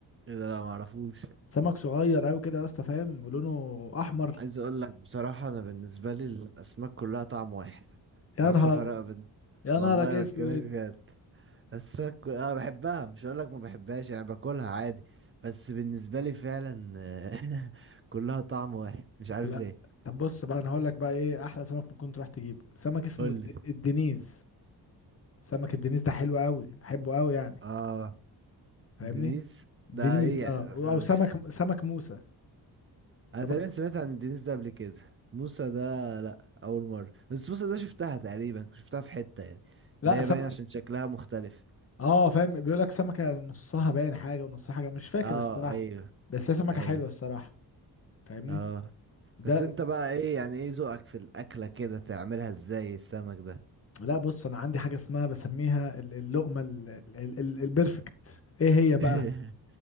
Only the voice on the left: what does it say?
سمك صغير قوي كده يا اسطى فاهم ولونه احمر
يا
نهار
يا
نهارك اسود
لا
طب بص بقى انا هقول لك بقى ايه احلى سمك ممكن تروح تجيبه سمك اسمه
الد-
الدنيز سمك الدنيز ده حلو قوي بحبه قوي يعني
فاهمني
دنيز
اه او
سمك سمك موسى
ده
برضه
لا
سم...
اه فاهم بيقول لك سمكه نصها باين حاجه ونصها حاجه مش فاكر
الصراحه
بس هي سمكه
حلوه الصراحه فاهمني
ده
لا بص انا عندي حاجه اسمها بسميها ال- اللقمه ال- ال- ال- البرفكت ايه هي بقى